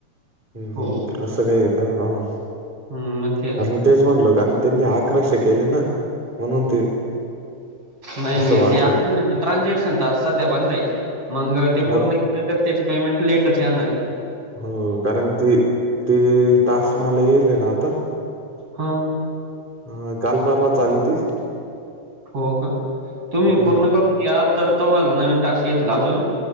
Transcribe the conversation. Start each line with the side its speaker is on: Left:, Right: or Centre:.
Centre: हम्म
Right: हो.
Centre: हम् असं काही आहे का हा हा.
Right: हम्म मध्यच -
Centre: कारण तेच म्हणलो कारण त्यांनी आकराशे केले ना? म्हणून ते
Right: नाही
Centre: असं
Right: नाही
Centre: वाटलं
Right: ते अजून ट्रान्झॅक्शन टा सध्या बंद आहे मग ते
Centre: हा
Right: पूर्ण
Centre: का
Right: तरी त्याची पेमेंट लेटच येणारय.
Centre: हो कारण ती ती तास मला येई ले ना आता.
Right: हा.
Centre: अ काल परवाच आली ती.
Right: हो का? तुम्ही
Centre: हम्म
Right: पूर्ण करून घ्या तर तुम्हाला नवीन टास येतील अजून.